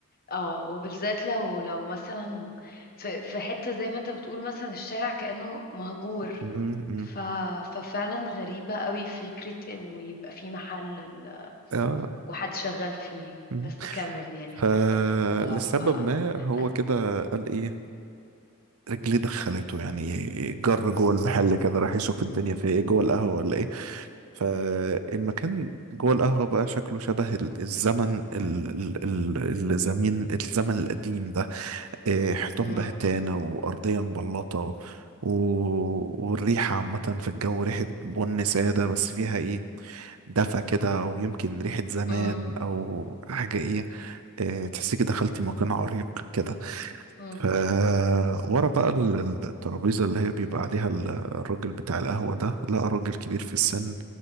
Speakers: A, on the left; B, on the right.
A: اه وبالذات لو لو مثلا في في حته زي ما انت بتقول مثلا الشارع كأنه مهجور
B: طيب
A: ف ففعلا غريبه قوي فكره انه يبقى في محل ال...
B: اه
A: وحد شغال فيه
B: مم.
A: بس كمل يعني
B: فلسبب
A: حاسه ان الموضوع
B: ما هو
A: ح-
B: كده قال ايه رجليه دخلته يعني جر جوه المحل كده راح يشوف الدنيا فيها ايه جوه القهوه ولا ايه فالمكان جوه القهوه بقى شكله شبه ال- الزمن ال- ال- ال- الزمين الزمن القديم ده إيه، حيطان
A: مم.
B: بهتانه وارضيه مبلطه و... و- والريحه عامه في الجو ريحه بن ساده بس فيها ايه دفى كده او يمكن ريحه زمان
A: امم
B: او حاجه ايه آه، تحسيكي دخلتي مكان عريق كده
A: امم
B: ف ورا بقى ال- ال- الترابيزة اللي هي بيبقى عليها ال- الراجل بتاع القهوة ده لقى راجل كبير في السن